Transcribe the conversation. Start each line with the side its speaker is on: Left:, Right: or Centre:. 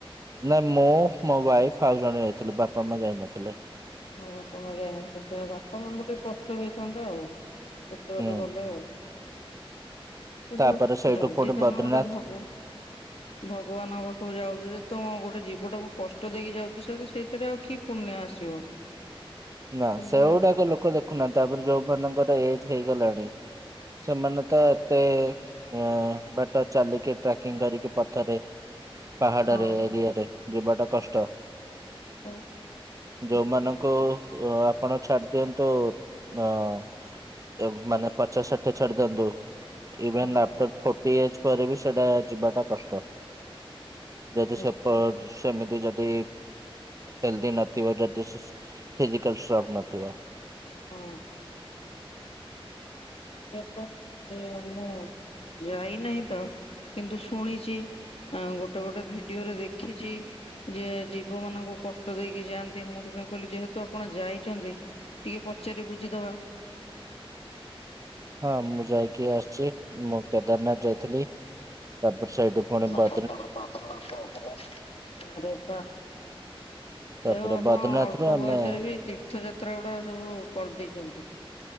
Right: ନାଇଁ ମୁଁ ମୋ ୱାଇଫ ଆଉ ଜଣ ଯାଇଥିଲୁ। ବାପା ମା ଯାଇନଥିଲେ।
Left: ହଁ ବାପା ମା ଯାଇନଥିଲେ ସେ ବାପା ମାଙ୍କୁ ଟିକେ କଷ୍ଟ ହେଇଥାନ୍ତା ଆଉ। ଏତେ ବାଟ
Right: ହୁଁ।
Left: ଗଲେ ଆଉ। ହୁଁ କିନ୍ତୁ
Right: ତାପରେ ସେଇଠୁ
Left: ଯଦି
Right: ପୁଣି
Left: ତମେ
Right: ବଦ୍ରିନାଥ
Left: ଗୋଟେ ଭୋଗ ଭଗବାନଙ୍କ ପାଖକୁ ଯାଉଛ ଯ ତମ ଗୋଟେ ଜୀବଟାକୁ କଷ୍ଟ ଦେଇକି ଯାଉଛ ସେତ ସେଇଥିରେ ଆଉ କି ପୁଣ୍ୟ ଆସିବ।
Right: ନା
Left: ପୁଣ୍ୟ
Right: ସେଗୁଡାକ
Left: ଆଉ କଣ
Right: ଲୋକ ଦେଖୁନାହାନ୍ତି। ତାପରେ ଯୋଉ ମାନଙ୍କର ଏଜ୍ ହେଇଗଲାଣି। ସେମାନେ ତ ଏତେ ଅ ବାଟ ଚାଲିକି ଟ୍ରାକିକିଂ କରିକି ପଛରେ ପାହାଡରେ
Left: ହଁ
Right: ଏରିଆରେ ଯିବାଟା କଷ୍ଟ।
Left: ହଉ ନିଶ୍ଚିତ
Right: ଯୋଉମାନଙ୍କୁ ଆପଣ ଛାଡିଦିଅନ୍ତୁ ହଁ। ମାନେ ପଚାଶଷାଠିଏ ଛାଡିଦିଅନ୍ତୁ। ଇଭେନ
Left: ହଁ
Right: ଆଫ୍ଟର ଫୋର୍ଟି ଇଜେ ପରେ ବି ସେଟା ଯିବାଟା କଷ୍ଟ। ଯଦି
Left: ନିଶ୍ଚିତ
Right: ସେପଟ ସେମିତି ଯଦି ହେଲିଦି ନଥିବ ଯଦି ସୁସ ଫିଜିକାଲ ଷ୍ଟ୍ରଙ୍ଗ ନଥିବ।
Left: ହୁଁ। <unintelligible> ମୁଁ ଯାଇନାହିଁ ତ କିନ୍ତୁ ଶୁଣିଛି। ଆଉ ଗୋଟେ ଗୋଟେ ଭିଡିଓରେ ଦେଖିଛି। ଯେ ଜୀବମାନଙ୍କୁ କଷ୍ଟ ଦେଇକି ଯାଆନ୍ତି ମୁଁ ସେଥିପାଇଁ କହିଲି ଯେହେତୁ ଆପଣ ଯାଇଛନ୍ତି। ଟିକେ ପଚାରି ବୁଝିଦବା।
Right: ହଁ ମୁଁ ଯାଇକି ଆସିଛି ମୁଁ କେଦାରନାଥ ଯାଇଥିଲି ତାପରେ ସେଇଠୁ ପୁଣି ବ
Left: ପାମ୍ପଡ ପାମ୍ପଡ ପାମ୍ପଡ଼ ଆରେ ବା।
Right: ତାପରେ
Left: ତେଣୁ ଆପଣ
Right: ବଦ୍ରିନାଥ
Left: ଅଳ୍ପ
Right: ରୁ ଆମେ
Left: ବୟସରେ ବି ତୀର୍ଥଯାତ୍ରା ଗୁଡାସବୁ କରିଦେଇଛନ୍ତି।